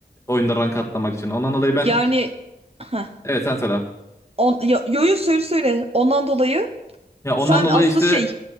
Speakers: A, on the left; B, on the right.
A: oyunda rank atlamak için. Ondan dolayı ben
B: Yani Heh.
A: evet sen söyle.
B: On, yo, yo yo, söyle söyle. Ondan dolayı
A: Ya ondan
B: Sen
A: dolayı
B: aslı
A: işte
B: şey